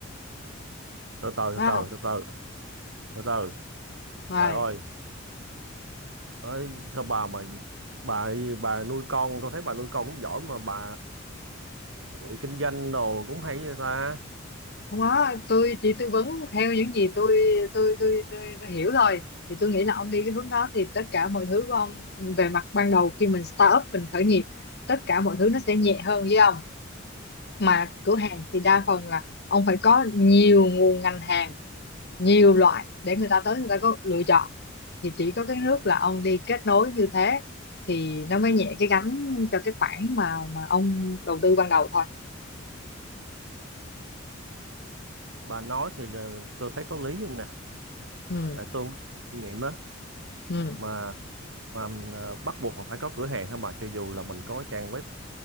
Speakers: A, on the right; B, on the left.
A: từ từ từ
B: đúng
A: từ
B: không
A: từ từ từ từ
B: rồi
A: trời ơi ấy sao bà mà bà bà nuôi con tôi thấy bà nuôi con cũng giỏi mà bà ờ, kinh doanh đồ cũng hay vậy ta
B: không có tôi chỉ tư vấn theo những gì tôi tôi tôi tôi, tôi hiểu thôi thì tôi nghĩ là ông đi cái hướng đó thì tất cả mọi thứ của ông về mặt ban đầu khi mình start up mình khởi nghiệp tất cả mọi thứ nó sẽ nhẹ hơn với ông mà cửa hàng thì đa phần là ông phải có nhiều nguồn ngành hàng nhiều loại để người ta tới người ta có lựa chọn thì chỉ có cái nước là ông đi kết nối như thế thì nó mới nhẹ cái gánh cho cái khoản mà mà ông đầu tư ban đầu thôi
A: bà nói thì là, tôi thấy có lý nè
B: ừ.
A: tại tôi cũng kinh nghiệm á
B: Ừ.
A: mà mà ờ, bắt buộc là phải có cửa hàng hả bà cho dù là mình có trang web